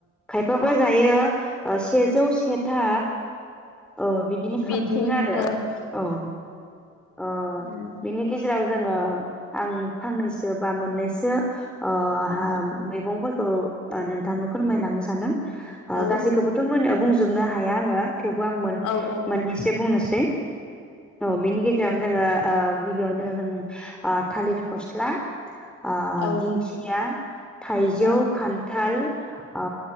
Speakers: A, in the centre; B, on the left.
A: खायफाबा जायो ओ सेजौ सेथा औ बिदिनो
B: बिदनि
A: खारथिं आरो
B: औ
A: औ अ
B: उम
A: बिनि गेजेराव जोङो आं फांनैसो बा मोननैसो ओ
B: औ
A: मैगंफोरखौ नोंथांनो फोरमायलांनो सानदों आ
B: औ
A: गासैखौबोथ' मोन बुंजोबनो हाया आङो थेवबो आं मोन
B: औ
A: मोनैसो बुंनो सै औ बेनि गेजेराव जोङो ओ गिबियावनो दङ जोङो ओ थालिर फस्ला आ
B: औ
A: दिंखिया थाइजौ
B: औ
A: खानथाल ओ